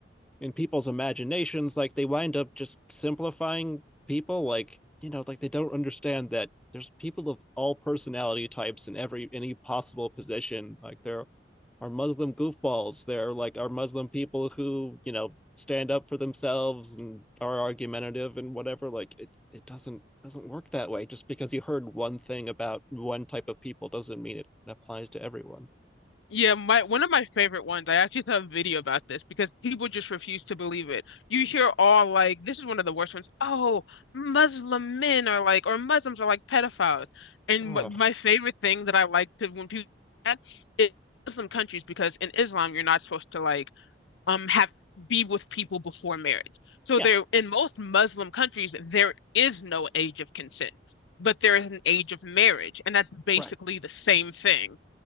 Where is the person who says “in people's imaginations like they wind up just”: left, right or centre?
Centre